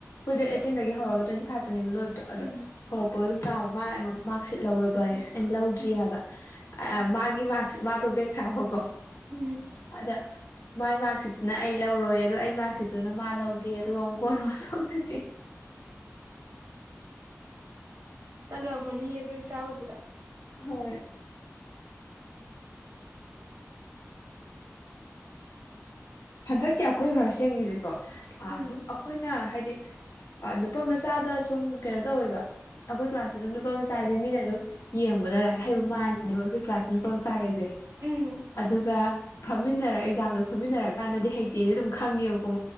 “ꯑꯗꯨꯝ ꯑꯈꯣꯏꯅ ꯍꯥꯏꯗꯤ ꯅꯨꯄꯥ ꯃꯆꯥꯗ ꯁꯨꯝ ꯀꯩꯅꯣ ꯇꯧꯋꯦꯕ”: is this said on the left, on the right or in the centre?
Left